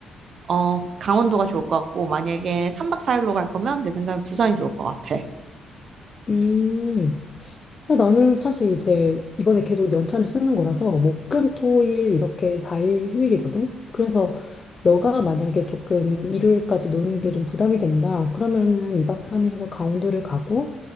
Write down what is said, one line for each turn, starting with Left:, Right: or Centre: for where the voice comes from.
Right: 어, 강원도가 좋을 것 같고, 만약에 3박 4일로 갈 거면 내 생각엔 부산이 좋을 것 같아.
Left: 음. 근데 나는 사실 이제 이번에 계속 연차를 쓰는 거라서 목, 금, 토, 일 이렇게 4일 휴일이거든. 그래서 너가 만약에 조금 일요일까지 노는 게 좀 부담이 된다. 그러면은 2박 3일에서 강원도를 가고